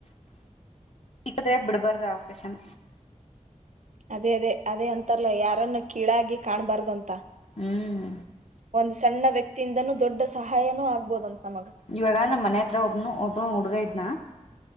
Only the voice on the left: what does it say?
ಸಿಕ್ಕಿದ್ರೆ ಬಿಡ್ಬಾರ್ದ ಅವಕಾಶನ
ಹ್ಮ್
ಇವಾಗ ನಮ್ಮ್ ಮನೆ ಹತ್ರ ಒಬ್ನ ಒಬ್ಬ ಹುಡುಗ ಇದ್ನ